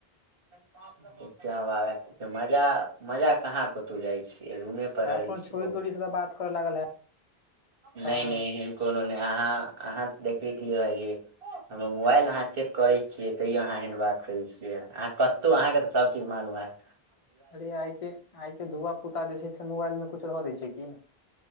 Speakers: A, on the right; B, on the left.
A: <unintelligible> मजा मजा कहाँ कतू जाइ छियै रूमे पर
B: हैब
A: रहै
B: कूनू
A: छियै
B: छोरी तोरी सब स त बात करे लागल हैब।
A: नए
B: अहाँ
A: नए ऐहन कोनो नहि अहाँ अहाँ देखबे के लिया भाईजी। हमर मोबाइल अहाँ चेक करैत छियै तैयो अहाँ एहन बात करै छियै अहाँ कतहु अहाँ के तऽ सबचीज मालूम हैत।
B: अरे आइ के आइ के धुआ पुता जे छै से मोबाइल मे कुछ रह दै छै की?